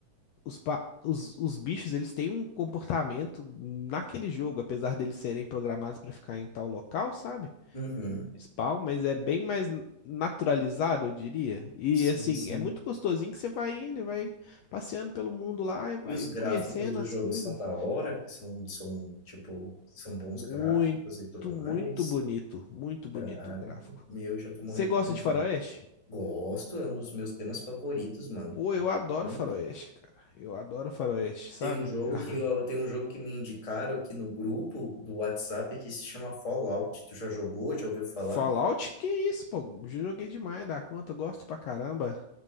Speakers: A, on the left; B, on the left.
A: os, pa- os, os bichos, eles têm um comportamento naquele jogo, apesar deles serem programados para ficar em tal local, sabe?
B: uhum.
A: Spawn, mas é bem mais n- naturalizado, eu diria. E
B: Sim,
A: assim,
B: sim.
A: é muito gostosinho que você vai indo e vai passeando pelo mundo lá e vai
B: E os gráficos
A: conhecendo
B: do
A: as
B: jogo
A: coisas.
B: são da hora? São, são, tipo, são bons
A: Muito,
B: gráficos e tudo mais?
A: muito bonito, muito bonito
B: Cara,
A: o gráfico.
B: meu, já tô morrendo
A: Você gosta
B: de vontade.
A: de faroeste?
B: Gosto, é um dos meus temas favoritos, mano.
A: Pô, eu adoro
B: Muito.
A: Faroeste, cara. Eu adoro Faroeste, sabe?
B: Tem um jogo
A: <laughs>
B: que eu, tem um jogo que me indicaram aqui no grupo do WhatsApp que se chama Fallout. Tu já jogou? Já ouviu falar?
A: Fallout, que isso, pô? Joguei demais dá conta, eu gosto pra caramba.